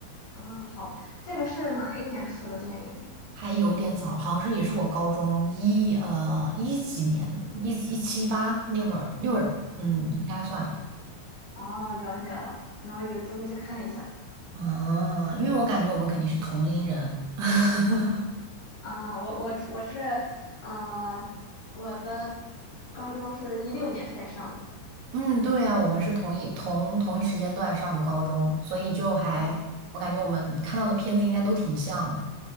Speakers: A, on the left (about 55°); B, on the right (about 75°).
A: 嗯，好，这个是哪一年出的电影？
B: 还有点早，好像是也是我高中一呃一几年一一七一八那会儿那会儿，嗯，应该算
A: 哦，了解了，那我有机会去看一下。
B: 啊，啊因为我感觉我们肯定是同龄人。<laughs>
A: 啊，我我我是呃，我的高中是一六年开始上的，
B: 嗯，对啊，我们是同一同同一时间段上的高中，所以就还我感觉我们看到的片子应该都挺像的。
A: 嗯，